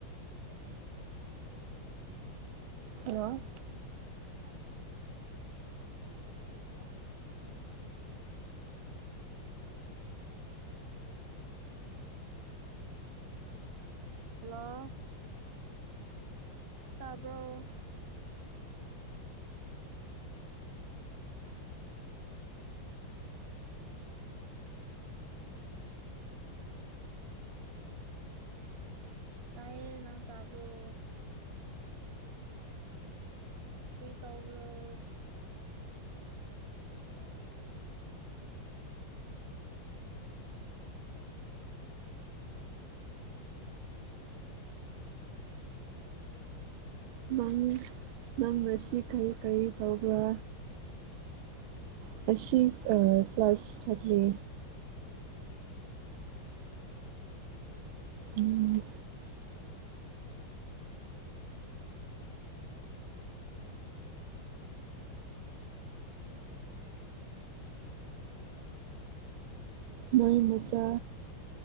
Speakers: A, on the right (about 35°); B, on the right (about 85°).
A: ꯍꯩ
B: ꯍꯜꯂꯣ
A: <inaudible> <inaudible> ꯍꯜꯂꯣ ꯇꯥꯕ꯭ꯔꯣ ꯇꯥꯢꯌꯦ ꯅꯪ ꯇꯥꯕ꯭ꯔꯣ ꯀ꯭ꯔꯤ ꯇꯧꯕ꯭ꯔꯣ <inaudible>
B: ꯅꯪ ꯅꯪ ꯉꯁꯣ ꯀꯔꯤ ꯀꯔꯤ ꯇꯧꯕ꯭ꯔꯥ ꯉꯁꯤ ꯑ ꯀ꯭ꯂꯥꯁ ꯆꯠꯂꯤ ꯎꯝ ꯃꯣꯏ ꯃꯆꯥ